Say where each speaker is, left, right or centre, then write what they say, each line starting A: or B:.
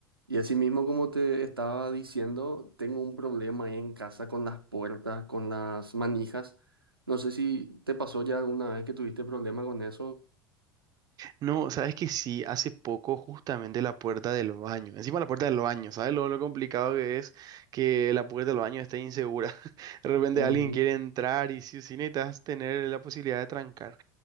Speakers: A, on the right; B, on the right.
A: Y así mismo, como te estaba diciendo, tengo un problema ahí en casa con las puertas, con las manijas. No sé si te pasó ya alguna vez que tuviste problema con eso.
B: No, sabes que sí, hace poco justamente la puerta del baño, encima la puerta del baño, ¿sabes lo, lo complicado que es que la puerta del baño esté insegura? <laughs> De repente
A: Ujú,
B: alguien quiere entrar y si o sí necesitas tener la posibilidad de trancar.